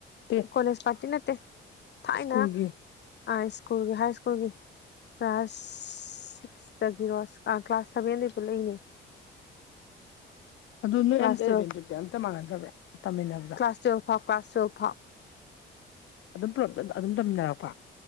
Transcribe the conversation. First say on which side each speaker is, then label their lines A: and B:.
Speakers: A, on the left; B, on the left.
A: ꯇꯦ
B: ꯀꯣꯂꯦꯖ ꯄ꯭ꯔꯥꯇꯤ ꯅꯠꯇꯦ ꯊꯥꯏꯅ
A: ꯁ꯭ꯀꯨꯜꯒꯤ
B: ꯑ ꯁ꯭ꯀꯨꯜꯒꯤ ꯍꯥꯏ ꯁ꯭ꯀꯨꯜꯒꯤ ꯀ꯭ꯂꯥꯁ ꯁꯤꯛꯁꯇꯒꯤꯔꯣ ꯀ꯭ꯂꯥꯁ ꯁꯚꯦꯟꯗꯩ ꯄꯨꯂꯛꯏꯅꯦ
A: ꯑꯗꯨ ꯅꯣꯏ
B: ꯀ꯭ꯂꯥꯁ
A: ꯑꯝꯇ
B: ꯇꯨꯌꯦꯜꯐ
A: ꯔꯦꯟꯗꯤꯞꯇꯤ ꯑꯝꯇ ꯃꯥꯟꯅꯗꯕ꯭ꯔꯥ ꯇꯝꯃꯤꯟꯅꯕꯗ
B: ꯀ꯭ꯂꯥꯁ ꯇꯨꯌꯦꯜ ꯐꯥꯎ ꯀ꯭ꯂꯥꯁ ꯇꯨꯌꯦꯜ ꯐꯥꯎ
A: ꯑꯗꯨꯝ ꯄꯨꯂꯞ ꯇ ꯑꯗꯨꯝ ꯇꯝꯃꯤꯟꯅꯔꯛꯄ꯭ꯔꯣ